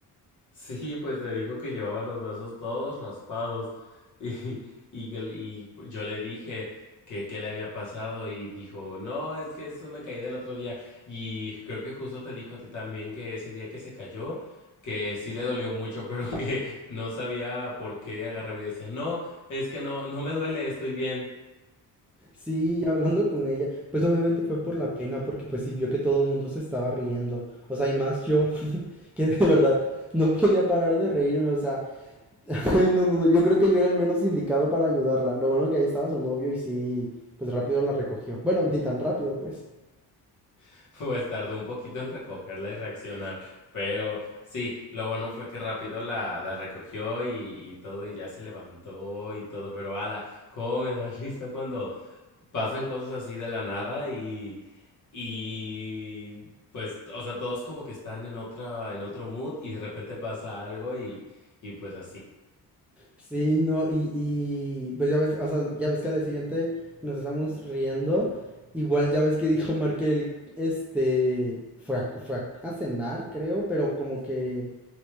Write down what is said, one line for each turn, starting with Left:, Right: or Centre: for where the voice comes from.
Left: Sí, pues te dijo que llevaba los brazos todos raspados <laughs> y, y, que le- y yo le dije que qué le había pasado y dijo, no, es que eso me caí del otro día y creo que justo te dijo a ti también que ese día que se cayó, que sí le dolió mucho, pero <laughs> que no sabía por qué agarraba y decía, no, es que no, no me duele, estoy bien.
Centre: Sí, y hablando con ella, pues obviamente fue por la pena, porque pues sí vio que todo el mundo se estaba riendo, o sea, y más yo, <laughs> que de verdad no podía parar de reírme, o sea, <laughs> ay, no, no, no, yo creo que yo era el menos indicado para ayudarla, lo bueno que ahí estaba su novio y sí, pues rápido la recogió, bueno, ni tan rápido, pues,
Left: <laughs> Pues tardó un poquito en recogerla y reaccionar, pero sí, lo bueno fue que rápido la, la recogió y, y todo, y ya se levantó y todo, pero ala, cómo me da <laughs> risa cuando pasan cosas así de la nada y, y pues, o sea, todos como que están en otra, en otro mood y de repente pasa algo y, y pues así. <laughs>
Centre: sí, no, y, y, pues ya ves, o sea, ya ves que al día siguiente nos estamos riendo, igual ya ves que dijo Markel, este, fue a- fue a a cenar, creo, pero como que...